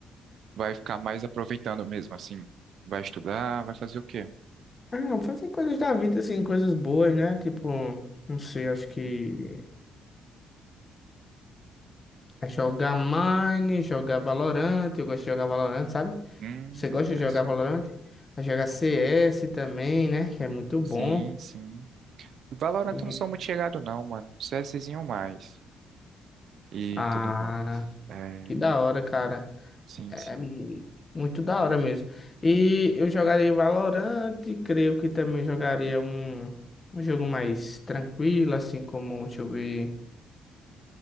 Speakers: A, on the right; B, on the left.
A: vai ficar mais aproveitando mesmo, assim. Vai estudar, vai fazer o quê?
B: Ah, fazer coisas da vida, assim, coisas boas, né? Tipo, não sei, acho que é jogar Mine, jogar Valorant. Eu gosto de jogar Valorant, sabe?
A: Hum,
B: Você gosta
A: interessante.
B: de jogar Valorant? É Jogar CS também, né? Que é muito bom.
A: Sim, sim. Valorant
B: E-
A: eu não sou muito chegado, não, mano. CSzinho mais. E
B: Ah,
A: tudo mais. É,
B: que da hora, cara.
A: sim,
B: É
A: sim.
B: é mu- muito da hora mesmo. E eu jogaria Valorant, creio que também jogaria um, um jogo mais tranquilo, assim como, deixa eu ver.